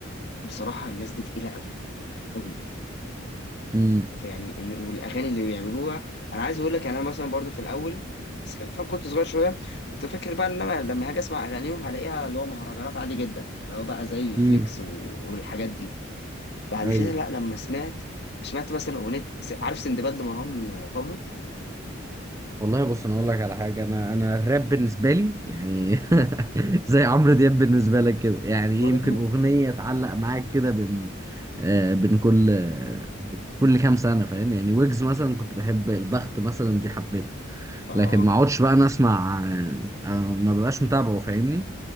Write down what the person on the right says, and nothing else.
امم
امم
ايوه
والله بص انا اقول لك على حاجه انا انا الراب بالنسبه لي يعني
<laughs> زي عمرو دياب بالنسبه لك كده يعني
إيه، يمكن اغنيه تعلق معاك كده بين آه بين كل آه كل كام سنه فاهم يعني ويجز مثلا كنت بحب البخت مثلا دي حبيتها
لكن ما اقعدش بقى انا اسمع آه، آه، ما ببقاش متابعه فاهمني